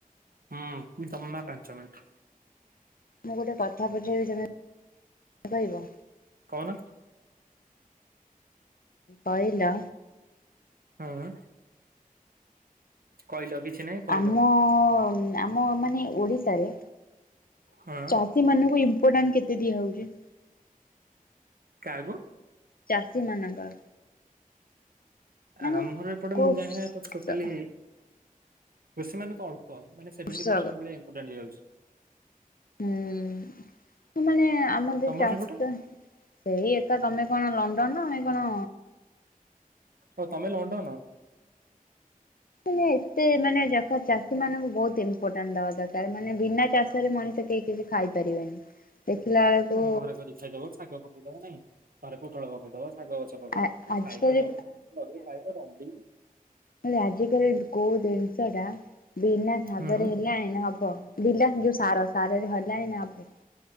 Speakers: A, on the right; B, on the left.
A: ହଁ <unintelligible> ନା ପାଞ୍ଚ ମିନିଟ୍।
B: ମୁଁ ଗୋଟେ କଥା ପଚାରିବି ତମେ କହିବ?
A: କହୁନ।
B: କହିଲ।
A: ହଁ। କହିଲ କିଛି ନାହିଁ କହିଲ
B: ଆମ ଆମ ମାନେ ଓଡ଼ିଶାରେ
A: ହଁ।
B: ଚାଷୀ ମାନଙ୍କୁ ଇମ୍ପୋଟାଣ୍ଟ୍ କେତେ ଦିଆ ହଉଛି?
A: କାହାକୁ?
B: ଚାଷୀ ମାନଙ୍କର। ମାନେ
A: ଆମର ଏପଟେ
B: କୋର୍ସ
A: ମୁଁ ଜାଣିବା ଏପଟେ ଟୋଟାଲି କୃଷି ମାନଙ୍କୁ ଅଳ ପ ମାନେ ସେଭେଣ୍ଟୀ
B: କୃଷକ
A: ପର୍ସେଣ୍ଟ୍ ଭଳିଆ ଇମ୍ପୋଟାଣ୍ଟ୍ ଦିଆ ଯାଉଛି।
B: ହୁଁ ତୁ ମାନେ ଆମ ଯେ
A: ତମର
B: ଚାଷ
A: ସେପଟେ
B: ସେଇ ଏ ତ ତମେ କଣ ଲଣ୍ଡନର ଆମେ କଣ
A: ଓ ତମେ ଲଣ୍ଡନ।
B: ହୁଁ। ମାନେ ଏତେ ମାନେ <unintelligible> ଚାଷୀ ମାନଙ୍କୁ ବହୁତ୍ ଇମ୍ପୋର୍ଟାଣ୍ଟ୍ ଦବା ଦରକାର ମାନେ ବିନା ଚାଷରେ ମଣି କେହି କିଛି ଖାଇପାରିବେନି। ଦେଖିଲା ବେଳକୁ
A: ହୁଁ ଘରେ କରି ଖାଇଦବ ଶାଗ ପକେଇଦବ ନାଇଁ। ଘରେ ପୋଟଳ ପକେଇଦବ, ଶାଗ ଗଛ ପକେଇଦବ,
B: ଆ ଆଜିକାଲି
A: ଖାଇବ ଜମେଇ ଖାଇବ <unintelligible>
B: ହେଲା ଆଜିକାଲି କୋଉ ଜିନିଷଟା ବିନା
A: ହୁଁ
B: ଶାଗରେ ହେଲାଣି ନା ହବ। ହବ ବିଲ ଯୋଉ ସାର ସାରରେ ହେଲାଣି ନା ହବ?